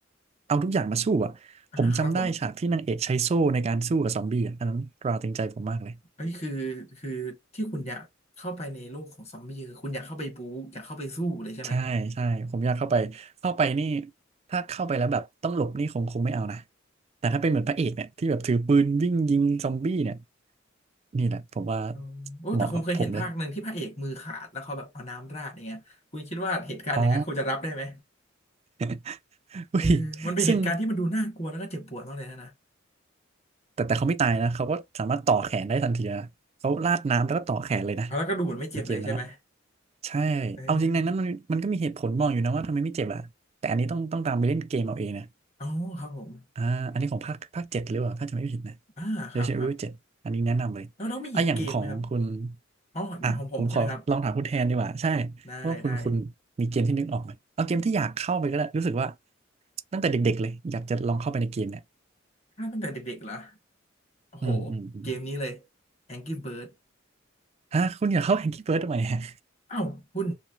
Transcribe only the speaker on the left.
อ่าครับผม
เอ้ยคือคือที่คุณอยากเข้าไปในโลกของซอมบี้คือคุณอยากเข้าไปบู๊อยากเข้าไปสู้เลยใช่ไหม
อ๋อโอ้แต่ผมเคยเห็นภาคหนึ่งที่พระเอกมือขาดแล้วเขาแบบเอาน้ำราดอย่างเงี้ยคุณคิดว่าเหตุการณ์อย่างนั้นคุณจะรับได้ไหม
เออมันเป็นเหตุการณ์ที่มันดูน่ากลัวแล้วก็เจ็บปวดมากเลยนะนะ
เอาแล้วก็ดูเหมือนไม่เจ็บเลยใช่ไหม
เอออ๋อครับผม
อ่าครับครับ
แล้วเลาวมีอีกเกมไหมครับอ๋ออย่างของผมใช่ไหมครับ
ได้ได้
ถ้าตั้งแต่เด็กๆเหรอโอ้โห
เกมนี้เลย Angry Bird
เอ้าคุณ